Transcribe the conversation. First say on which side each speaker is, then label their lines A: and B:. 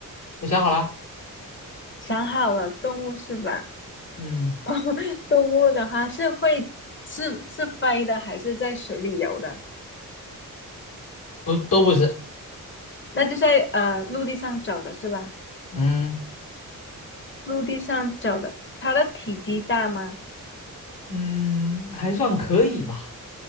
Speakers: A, on the left; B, on the left.
A: 我想好了。
B: 想好了，动物是吧？
A: 嗯，
B: <laughs> 动物的话是会是是飞的，还是在水里游的？
A: 不，都不是。
B: 那就在呃陆地上走的是吧？
A: 嗯
B: 陆地上走的，它的体积大吗？
A: 嗯，还算可以吧，